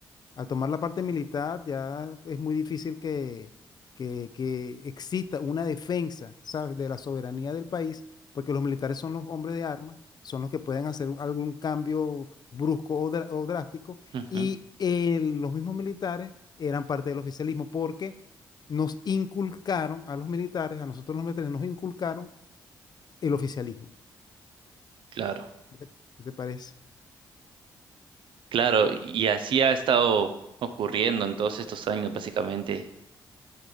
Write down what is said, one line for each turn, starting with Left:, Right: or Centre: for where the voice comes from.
Left: Al tomar la parte militar ya es muy difícil que, que, que exista una defensa, ¿sabes?, de la soberanía del país, porque los militares son los hombres de armas, son los que pueden hacer algún cambio brusco o, dra- o drástico,
Right: ujú,
Left: y eh, los mismos militares eran parte del oficialismo porque nos inculcaron a los militares, a nosotros los militares nos inculcaron el oficialismo.
Right: claro,
Left: ¿Qué te, qué te parece?
Right: claro, y así ha estado ocurriendo en todos estos años, básicamente.